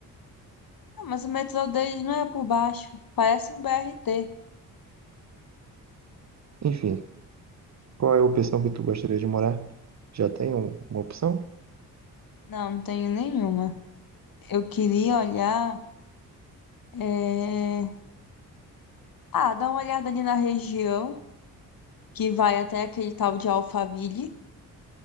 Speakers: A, on the left; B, on the right.
A: Não, mas o metrô deles não é por baixo. Parece um BRT.
B: Enfim, qual é a opção que tu gostaria de morar? Já tem um- uma opção?
A: Não, não tenho nenhuma. Eu queria olhar. é, Ah, dá uma olhada ali na região que vai até aquele tal de Alphaville.